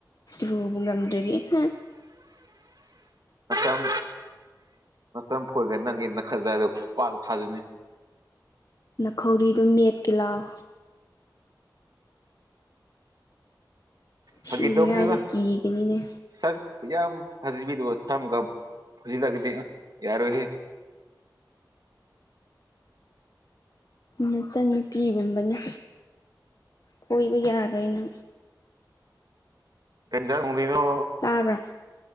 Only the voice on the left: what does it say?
ꯂꯨꯕ ꯉꯝꯗ꯭ꯔꯗꯤ ꯍꯥ
ꯈꯧꯔꯤꯗꯨꯣ ꯃꯦꯠꯀꯦ ꯂꯥꯎꯑꯣ
ꯁꯤꯅꯤꯉꯥꯏꯗꯤ
ꯀꯤꯒꯅꯤꯅꯦ
ꯃꯆꯟꯅꯨꯄꯤꯒꯨꯝꯕꯅ ꯊꯣꯏꯕ ꯌꯥꯔꯣꯏꯅ
ꯇꯥꯕ꯭ꯔꯥ